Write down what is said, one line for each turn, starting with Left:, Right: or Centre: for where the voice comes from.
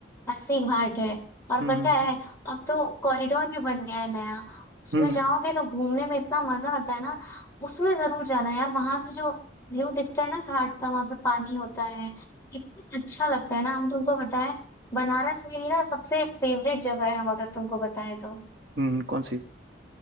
Left: अस्सी घाट है और
Right: हम्म
Left: पता
Right: हम्म, हम्म।
Left: है अब तो कॉरिडोर भी बन गया है नया उसमें
Right: हम्म
Left: जाओगे तो घूमने में इतना मजा आता है ना उसमें जरूर जाना यार वहां से जो व्यू दिखता है ना घाट का वहां पे पानी होता है इतना अच्छा लगता है ना हम तुमको बताएं बनारस मेरी ना सबसे फेवरेट जगह है हम अगर तुमको बताएं तो
Right: हम्म कौन सी